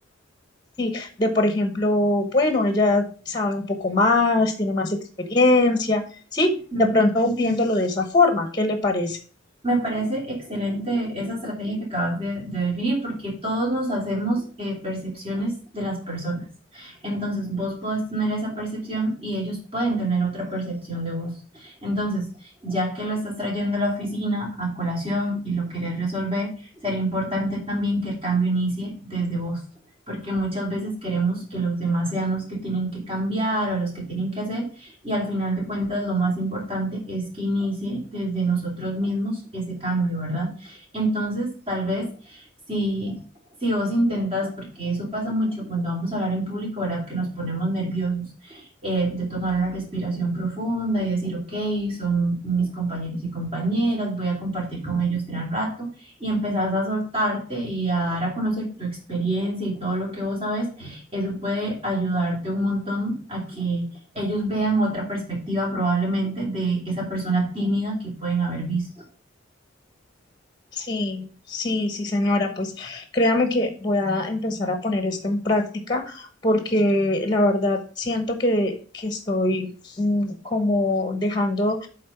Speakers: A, on the left; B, on the right.
A: Sí, de por ejemplo, bueno, ella sabe un poco más, tiene más experiencia, ¿sí?
B: ujú,
A: De pronto
B: ujú.
A: viéndolo de esa forma, ¿qué le parece?
B: Me parece excelente esa estrategia que acabas de, de definir porque todos nos hacemos eh, percepciones de las personas. Entonces vos podés tener esa percepción y ellos pueden tener otra percepción de vos. Entonces, ya que lo estás trayendo a la oficina a colación y lo querés resolver, sería importante también que el cambio inicie desde vos. porque muchas veces queremos que los demás sean los que tienen que cambiar o los que tienen que hacer y al final de cuentas, lo más importante es que inicie desde nosotros mismos ese cambio, ¿verdad? Entonces, tal vez si, si vos intentas, porque eso pasa mucho cuando vamos a hablar en público, ¿verdad? Que nos ponemos nerviosos, eh, de tomar una respiración profunda y decir, ok, son mis compañeros y compañeras, voy a compartir con ellos gran rato y empezás a soltarte y a dar a conocer tu experiencia y todo lo que vos sabes, eso puede ayudarte un montón a que ellos vean otra perspectiva probablemente de esa persona tímida que pueden haber visto.
A: Sí, sí, sí, señora, pues créame que voy a empezar a poner esto en práctica porque la verdad siento que, que estoy mm, como dejando